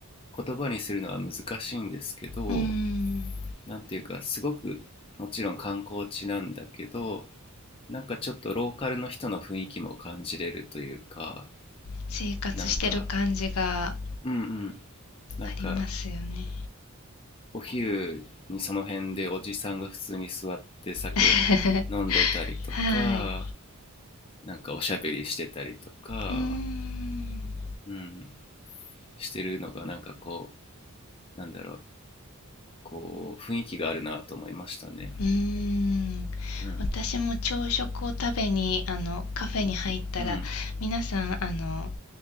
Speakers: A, on the left; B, on the left.
A: 言葉にするのは難しいんですけど
B: うーん、
A: 何ていうかすごくもちろん観光地なんだけどなんかちょっとローカルの人の雰囲気も感じれるというか
B: 生活してる感じが
A: なんかうんうんなんか
B: ありますよね。
A: お昼にその辺でおじさんが普通に座って酒飲んでたりとか
B: <laughs> はい。
A: なんかおしゃべりしてたりとか、
B: うーん。
A: うん、してるのがなんかこうなんだろうこう、雰囲気があるなと思いましたね。
B: うーん。
A: うん。
B: 私も朝食を食べに、あの、カフェに入ったら、
A: うん。
B: 皆さん、あの